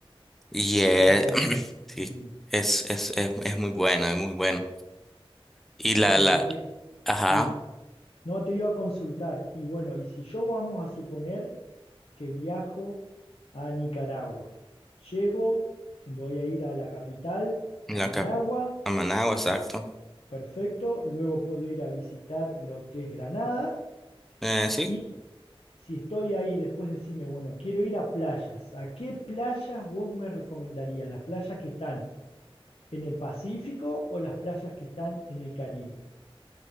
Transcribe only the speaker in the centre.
Y eh,
<clears throat> sí,
es, es, es, es muy bueno, es muy bueno. Y la,
la,
ajá,
la
cap- a Managua, exacto.
Eh, sí.